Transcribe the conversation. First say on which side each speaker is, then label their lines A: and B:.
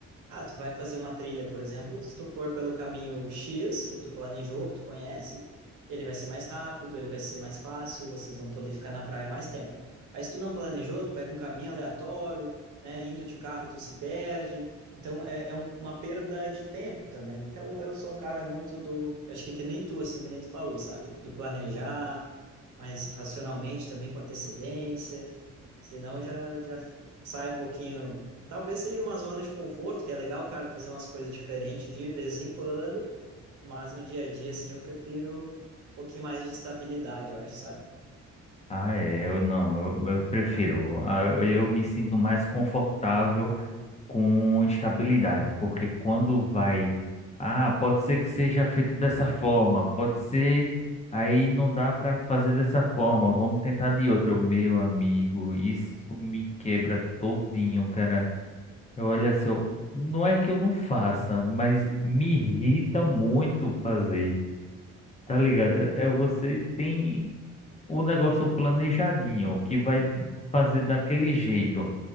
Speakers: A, on the right; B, on the left.
A: ah, tu vai fazer uma trilha, por exemplo, se tu for pelo caminho X, que tu planejou, que tu conhece, ele vai ser mais rápido, ele vai ser mais fácil, vocês vão poder ficar na praia mais tempo. Aí se tu não planejou, tu pega um caminho aleatório, né, indo de carro tu se perde, então é, é um- uma perda de tempo também. Então eu sou um cara muito do, acho que que nem tu, assim, que nem tu falou, sabe? Do planejar, mas racionalmente também com antecedência, senão já, já sai um pouquinho. Talvez seja uma zona de conforto, que é legal o cara fazer umas coisas diferentes de vez em quando, mas no dia a dia, assim, eu prefiro um pouquinho mais de estabilidade, eu acho, sabe?
B: Ah, é, eu não, eu, eu prefiro. Ah, Eu, eu me sinto mais confortável com estabilidade, porque quando vai, ah, pode ser que seja feito dessa forma, pode ser, aí não dá para fazer dessa forma, vamos tentar de outra. Eu, meu amigo, isso me quebra todinho, cara. Eu olho assim, eu, não é que eu não faça, mas me irrita muito fazer, tá
A: Uhum.
B: ligado? É você tem o negócio planejadinho, que vai fazer daquele jeito,